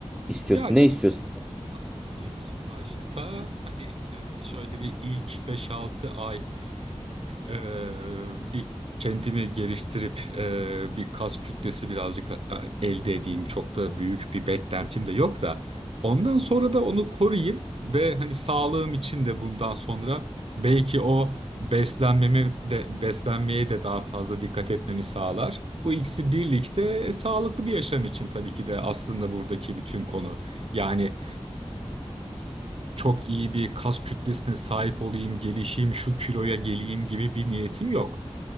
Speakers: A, in the centre; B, on the right.
A: istiyorsun?
B: Yani
A: Ne istiyorsun?
B: aslında ilk başta hani e, şöyle bir ilk beş altı ay Ee, bir kendimi geliştirip e, bir kas kütlesi birazcık e, elde edeyim. Çok da büyük bir beklentim de yok da. Ondan sonra da onu koruyayım ve hani sağlığım için de bundan sonra belki o beslenmeme de beslenmeye de daha fazla dikkat etmemi sağlar. Bu ikisi birlikte e, sağlıklı bir yaşam için tabii ki de aslında buradaki bütün konu. Yani çok iyi bir kas kütlesine sahip olayım, gelişeyim, şu kiloya geleyim gibi bir niyetim yok.